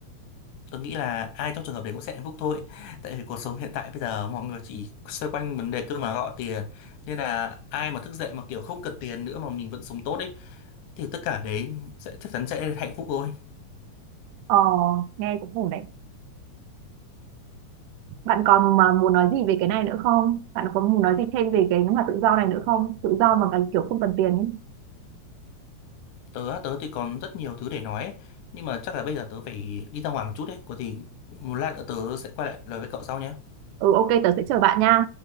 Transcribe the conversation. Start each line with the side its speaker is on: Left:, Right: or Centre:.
Left: Tớ nghĩ là ai trong trường hợp đấy cũng sẽ hạnh phúc thôi. <laughs> Tại vì cuộc sống hiện tại bây giờ mọi người chỉ xoay quanh vấn đề cơm áo gạo tiền nên là ai mà thức dậy mà kiểu không cần tiền nữa mà mình vẫn sống tốt ấy thì tất cả đấy sẽ chắc chắn sẽ hạnh phúc thôi
Right: Ờ, nghe cũng ổn đấy. Bạn còn mà muốn nói gì về cái này nữa không? Bạn có muốn nói gì thêm về cái mà tự do này nữa không? Tự do mà cái kiểu không cần tiền ấy.
Left: tớ á, tớ thì còn rất nhiều thứ để nói ấy. nhưng mà chắc là bây giờ tớ phải đi ra ngoài một chút đấy có gì một lát nữa tớ sẽ quay lại lời với cậu sau nhé
Right: Ừ, ok, tớ sẽ chờ bạn nha.